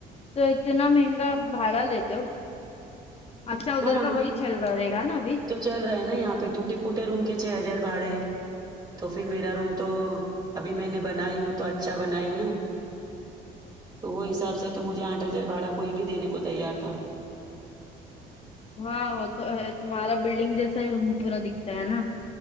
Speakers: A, on the left; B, on the right.
A: تو اتنا مہنگا بھاڑا لیتے ہو اچھا ادھر
B: ہاں
A: کا وہی چل رہے گا نا ابھی
B: چل رہے نا یہاں پہ ٹوٹے پھوٹے روم کے چھ ہزار بھاڑے تو پھر میرا روم تو ابھی میں نے بنائی ہوں تو اچھا بنائی ہوں نا تو وہ حساب سے تو مجھے آٹھ ہزار بھاڑا کوئی بھی دینے کو تیار تھا
A: ہاں وہ تو ہے تمہارا بلڈنگ جیسا ہی روم پورا دکھتا ہے نا